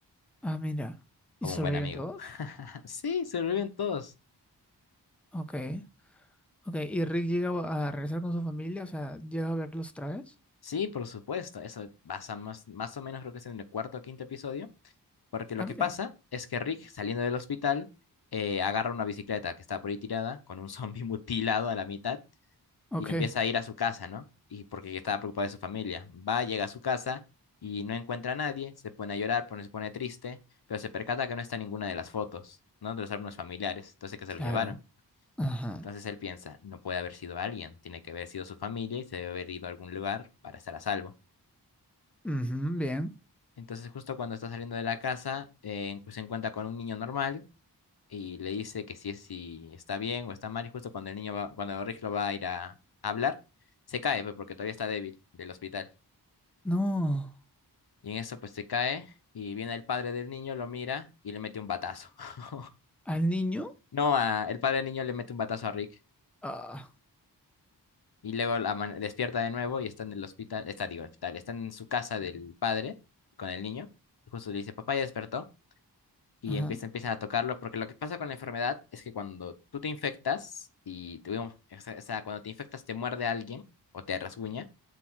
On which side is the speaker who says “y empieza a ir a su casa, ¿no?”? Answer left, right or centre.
Left